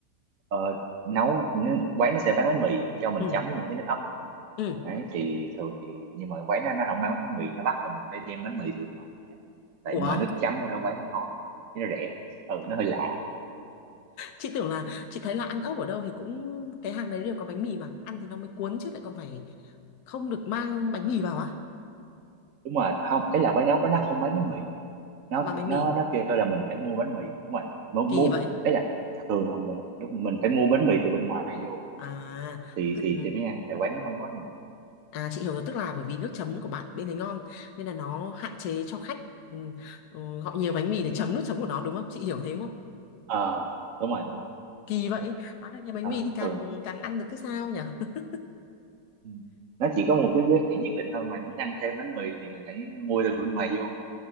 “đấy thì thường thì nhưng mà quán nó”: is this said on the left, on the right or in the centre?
Right